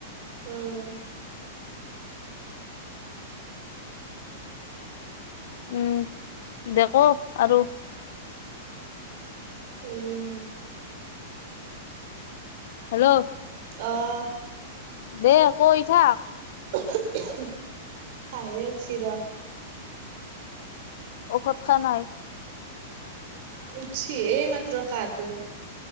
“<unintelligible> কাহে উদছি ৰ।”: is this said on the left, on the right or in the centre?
Right